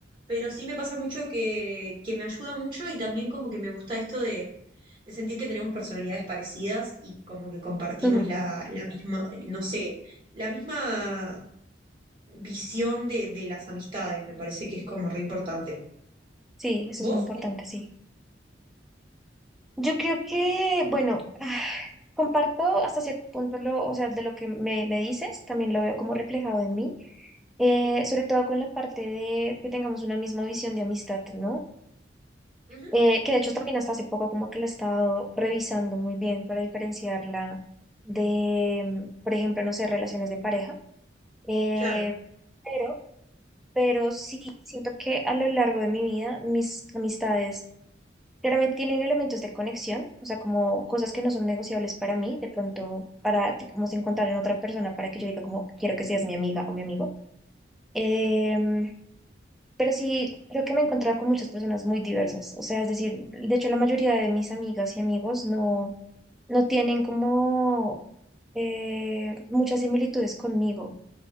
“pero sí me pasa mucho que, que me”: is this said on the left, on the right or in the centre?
Right